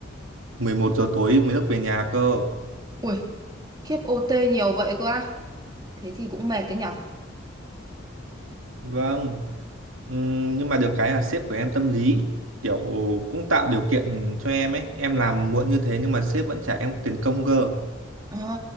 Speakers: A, on the right; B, on the right.
A: 11 giờ tối mới được về nhà cơ.
B: Ui, khiếp OT nhiều vậy cơ à? Thế thì cũng mệt đấy nhở?
A: Vâng. Ừm, nhưng mà được cái là sếp của em tâm lý kiểu cũng tạo điều kiện cho em ấy em làm muộn như thế nhưng mà sếp vẫn trả em tiền công cơ
B: Ờ,